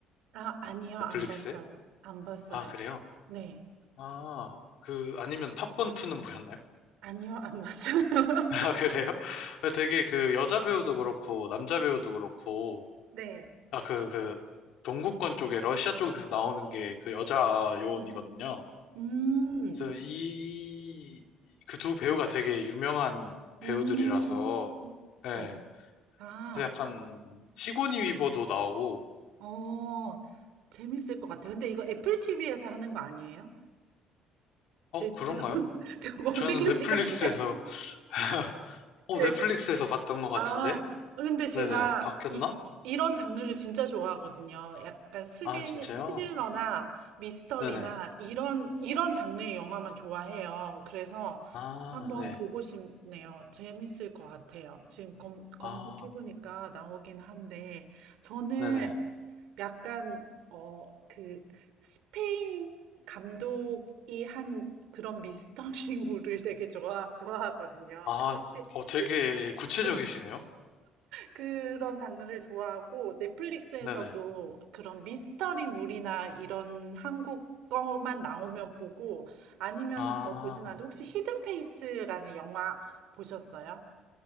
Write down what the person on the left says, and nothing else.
넷플릭스에?
아, 그래요?
아, 그, 아니면 탑건투는 보셨나요?
<laughs> 아, 그래요? <laughs> 되게 그 여자 배우도 그렇고, 남자 배우도 그렇고,
아, 그, 그, 동구권 쪽에, 러시아 쪽에서 나오는 게 그 여자 요원이거든요.
그래서 이, 그 두 배우가 되게 유명한 배우들이라서,
예.
그래서 약간, 시고니 위버도 나오고,
어,
그런가요?
저는 넷플릭스에서,
<laughs> 어,
넷플릭스에서
봤던 것 같은데?
네네, 바뀌었나?
아, 진짜요?
네네.
아,
네.
아,
네네.
아,
어, 되게
구체적이시네요?
네네.
아,